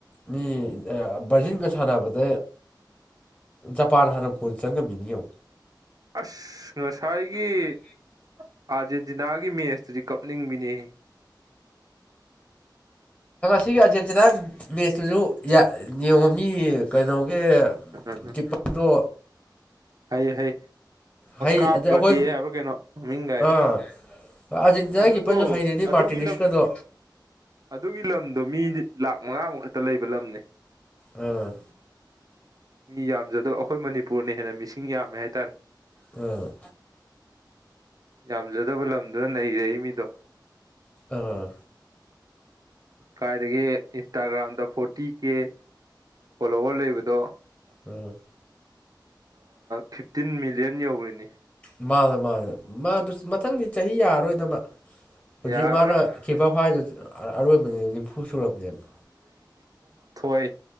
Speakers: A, on the left (about 15°); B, on the right (about 50°).
A: ꯃꯤ ꯕꯥꯔꯖꯤꯟꯒ ꯁꯥꯟꯅꯕꯗ ꯖꯄꯥꯟ ꯍꯥꯟꯅ ꯀꯣꯟ ꯆꯪꯉꯝ ꯃꯤꯅꯤ ꯌꯦꯨ
B: ꯑꯁ ꯉꯁꯥꯏꯒꯤ ꯑꯥꯔꯖꯦꯟꯇꯤꯅꯥꯒꯤ ꯃꯦꯁꯇꯨꯗꯤ ꯀꯞꯅꯤꯡꯕꯅꯤ
A: ꯁꯤꯒꯤ ꯑꯆꯠꯁꯤꯅ ꯃꯦꯁꯇꯨꯁꯨ ꯌꯦꯡꯉꯣꯝꯃꯤ ꯀꯩꯅꯣꯒꯤ
B: ꯎꯝ
A: ꯀꯤꯞꯄꯔꯗꯣ
B: ꯍꯩ ꯍꯩ
A: ꯍꯩ
B: ꯀꯥꯞꯄꯗꯤ
A: ꯑꯗꯩ ꯑꯩꯈꯣꯏ
B: ꯍꯥꯏꯕ ꯀꯩꯅꯣ ꯃꯃꯤꯡ ꯀꯥꯏꯁꯦ
A: ꯑꯥ ꯑꯥꯔꯖꯦꯟꯇꯤꯅꯥꯒꯤ
B: ꯑꯗꯨꯗꯣ
A: ꯀꯤꯞꯄꯔꯁꯨ ꯍꯩꯔꯤꯅꯤ
B: ꯑꯗꯨꯒꯤ
A: ꯃꯥꯔꯇꯤꯅꯤꯁꯀꯗꯣ
B: ꯂꯝ ꯑꯗꯨꯒꯤ ꯂꯝ ꯑꯗꯣ ꯃꯤꯗꯤ ꯂꯥꯛ ꯃꯉꯥꯃꯨꯛ ꯈꯛꯇ ꯂꯩꯕ ꯂꯝꯅꯦ
A: ꯎꯝ
B: ꯃꯤ ꯌꯥꯝꯖꯗꯕ ꯑꯩꯈꯣꯏ ꯃꯅꯤꯄꯨꯔꯅ ꯍꯦꯟꯅ ꯃꯤꯁꯤꯡ ꯌꯥꯝꯃꯦ ꯍꯥꯏꯇꯥꯔꯦ
A: ꯎꯝ
B: ꯌꯥꯝꯖꯗꯕ ꯂꯝꯗꯨꯅ ꯅꯩꯔꯦꯏ ꯃꯤꯗꯣ
A: ꯑꯥ
B: ꯀꯥꯏꯗꯒꯤ ꯏꯟꯁꯇꯥꯒ꯭ꯔꯥꯝꯗ ꯐꯣꯔꯇꯤ ꯀꯦ ꯐꯣꯂꯣꯋꯔ ꯂꯩꯕꯗꯣ
A: ꯎꯝ
B: ꯐꯤꯐꯇꯤꯟ ꯃꯤꯂꯤꯌꯟ ꯌꯧꯔꯤꯅꯤ
A: ꯃꯥꯅꯦ ꯃꯥꯅꯦ ꯃꯥꯗꯨꯁꯨ ꯃꯊꯪꯗꯤ ꯆꯍꯤ ꯌꯥꯔꯣꯏꯗꯕ ꯍꯧꯖꯤꯛ
B: ꯌꯥꯔꯔꯣꯏ
A: ꯃꯥꯅ ꯀ꯭ꯄꯔ ꯐꯥꯏꯔꯗꯨ ꯑꯔꯣꯏꯕꯅꯦ ꯅꯤꯝꯐꯨ ꯁꯨꯔꯕꯅꯦꯕ
B: ꯍꯣꯏ